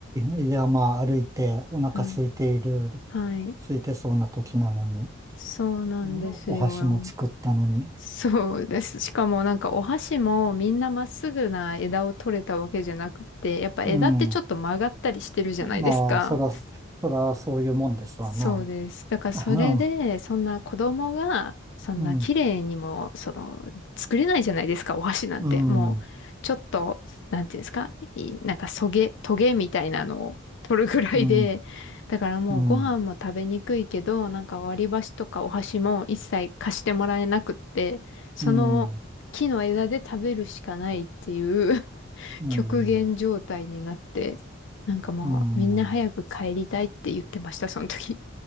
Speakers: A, on the right; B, on the left.
A: い山歩いてお腹空いている、
B: はい。はい。
A: 空いてそうな時なのに、
B: そうなんですよ。
A: うんお箸も作ったのに。
B: そうです。しかもなんかお箸もみんなまっすぐな枝を取れたわけじゃなくて、やっぱ枝ってちょっと曲がったりしてるじゃないですか。
A: うん。まあ、そら、そらそういうもんですわな。
B: そうです。だからそれで、
A: う
B: そんな子供が、そんな綺麗にも、
A: ん、うん、
B: その、作れないじゃないですか、お箸なんて。
A: うん、
B: もう、ちょっと、なんていうんですか、いなんか、そげ、トゲみたいなのを取るぐらいで、
A: うん、
B: だからもうご飯も食べにくいけど、
A: うん、
B: なんか割り箸とかお箸も一切貸してもらえなくって、その木の枝で食べるしかないっていう
A: うん、
B: <laughs>
A: うん。
B: 極限状態になって、なんかもうみんな早く帰りたいって言ってました、
A: うん
B: その時。